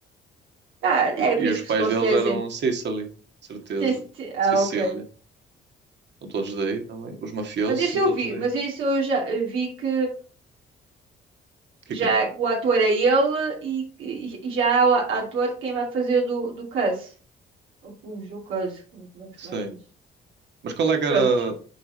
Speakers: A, on the right; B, on the right.
A: Ah,
B: E,
A: é
B: e
A: por isso
B: os
A: que
B: pais
A: o Scorsese.
B: deles eram Sicily, certeza.
A: Sim, sim, sim. Ah,
B: Sicília.
A: ok.
B: São todos daí também. Os mafiosos
A: Mas esse
B: são todos
A: eu vi,
B: daí.
A: mas
B: O
A: esse eu já vi que,
B: que
A: que já
B: que é?
A: o ator é ele e, e- e já há o ator de quem vai fazer do, do Cus. Ou Cus, ou Cus, como, como é que se
B: Sei.
A: fala isso?
B: Mas qual é que era...
A: Prontos.